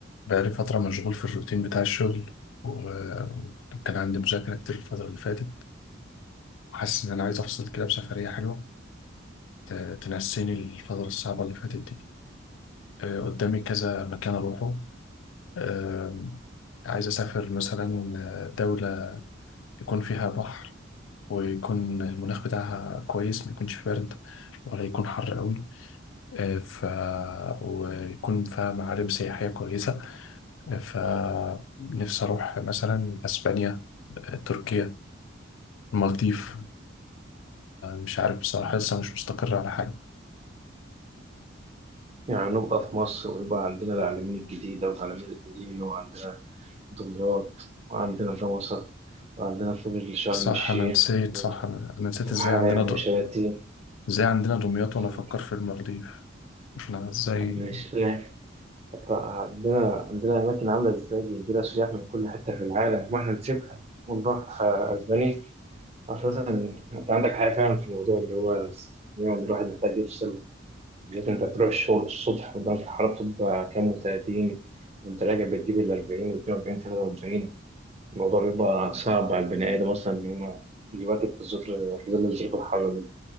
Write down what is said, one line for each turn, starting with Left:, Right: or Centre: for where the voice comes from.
Left: بقالي فترة مشغول في الروتين بتاع الشغل و- وكان عندي مذاكرة كتير الفترة اللي فاتت حاسس إن أنا عايز أفصل كده بسفرية حلوة ت- تنسيني الفترة الصعبة اللي فاتت دي آه، قدامي كذا مكان أروحه آه، عايز أسافر مثلا آه، دولة يكون فيها بحر ويكون المناخ بتاعها كويس ما يكونش بارد ولا يكون حر قوي آه، ف ويكون فيها معالم سياحية كويسة آه، فنفسي أروح مثلا أسبانيا آه، تركيا المالديف مش عارف بصراحة لسه مش مستقر على حاجة
Right: يعني نبقى في مصر ويبقى عندنا العلمين الجديدة والعلمين القديمة وعندنا دمياط وعندنا جمصة وعندنا كل شرم
Left: صح
Right: الشيخ
Left: أنا نسيت
Right: وال-
Left: صح أنا أنا نسيت
Right: وحلايب
Left: إزاي عندنا دو...
Right: وشلاتين
Left: إزاي عندنا دمياط وأنا
Right: وعندنا
Left: أفكر في المالديف إحنا إزاي
Right: الشيخ عندنا عندنا أماكن عاملة إزاي بيجي لها سياح من كل حتة في العالم وإحنا نسيبها ونروح آه، أسبانيا أساسا أنت عندك حاجة فعلا في الموضوع اللي هو السفرية وإن الواحد محتاج يفصل بالذات انت تروح الشغل الصبح ودرجة الحرارة بتبقى كام وتلاتين وانت راجع بتجيب ال 40 و 42 43 الموضوع بيبقى صعب على البني آدم أصلا إن هو يواكب في الظروف في ظل الظروف الحارة دي